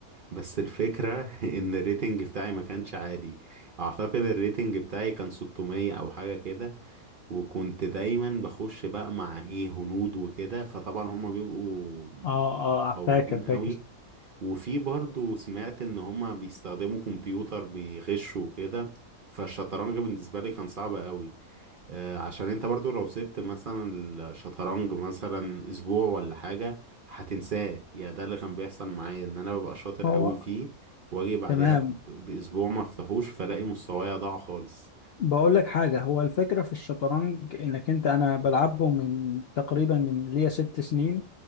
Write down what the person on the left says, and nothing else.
اه
اه فاكر فاكر
هو
تمام
بقول لك حاجة هو الفكرة في الشطرنج انك انت انا بلعبه من تقريبا من ليا ست سنين